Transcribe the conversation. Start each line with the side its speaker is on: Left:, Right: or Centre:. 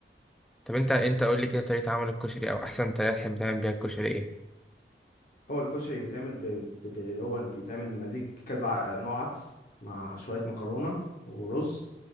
Centre: طب انت انت قول لي كده طريقه عمل الكشري او احسن طريقه تحب تعمل بيها الكشري ايه
Left: هو الكشري بيتعمل ب... ب... ب... اللي هو بيتعمل بمزيج كذا ع- نوع عدس مع شوية مكرونة ورز